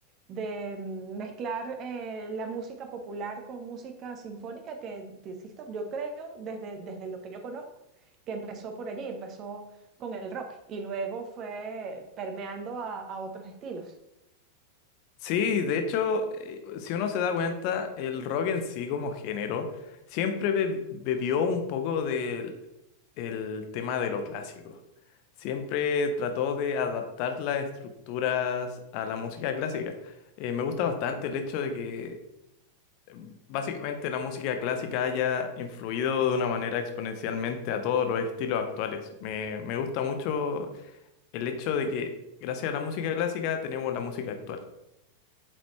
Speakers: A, on the right; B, on the left.
A: de mm, mezclar eh, la música popular con música sinfónica, que, te insisto, yo creo, desde, desde lo que yo conozco, que empezó por allí, empezó con el rock y luego fue permeando a, a otros estilos.
B: Sí, de hecho, eh, si uno se da cuenta, el rock en sí como género siempre be- bebió un poco del el tema de lo clásico. Siempre trató de adaptar las estructuras a la música clásica. Eh, me gusta bastante el hecho de que eh, básicamente la música clásica haya influido de una manera exponencialmente a todos los estilos actuales. Me, me gusta mucho el hecho de que gracias a la música clásica tenemos la música actual.